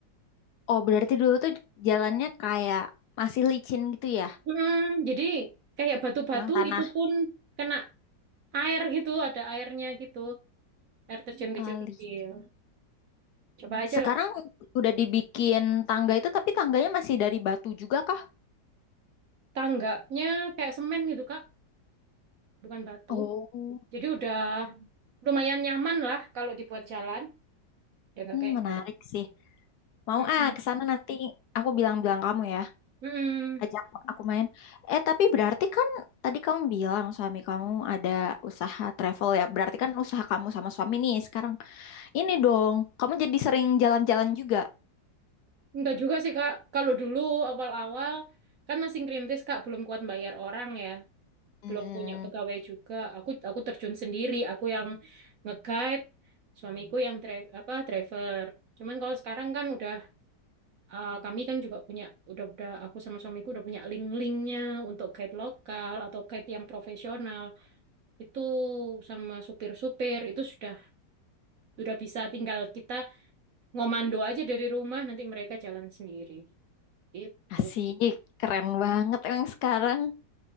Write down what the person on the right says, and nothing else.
Hmm, jadi kayak batu-batu
itu pun kena air gitu, ada airnya gitu. Air terjun
kecil-kecil.
Coba aja
lah.
Tangganya kayak semen gitu, Kak, bukan batu.
Jadi udah lumayan nyaman lah kalau dibuat jalan. Udah nggak
kayak
dulu.
Mm-mm.
Mm-mm.
Enggak juga sih Kak. Kalau dulu awal-awal kan masih ngerintis Kak, belum kuat bayar orang ya,
belum punya pegawai juga. Aku aku terjun sendiri, aku yang nge-guide, suamiku yang dri- apa driver. Cuman kalau sekarang kan udah uh, kami kan juga punya udah udah aku sama suamiku udah punya link-linknya untuk guide lokal atau guide yang profesional. Itu sama supir-supir itu sudah sudah bisa tinggal kita ngomando aja dari rumah nanti mereka jalan sendiri. Gitu.